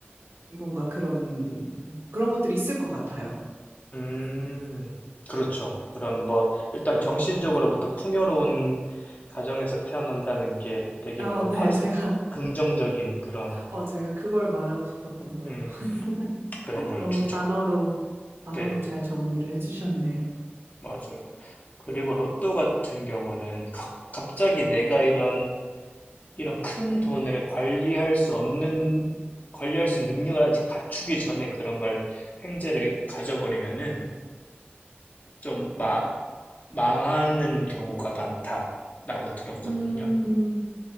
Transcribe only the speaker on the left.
음. 그렇죠. 그럼 뭐, 일단 정신적으로부터 풍요로운 가정에서 태어난다는 게 되게
뭔가
파,
긍정적인 그런,
음, 그런
걸
주죠.
네,
맞아요. 그리고 로또 같은 경우는 각- 갑자기 내가 이런 이런 큰 돈을 관리할 수 없는, 관리할 수 있는 능력을 아직 갖추기 전에 그런 걸 횡재를 가져버리면은 좀 마, 망하는 경우가 많다라고 들었거든요.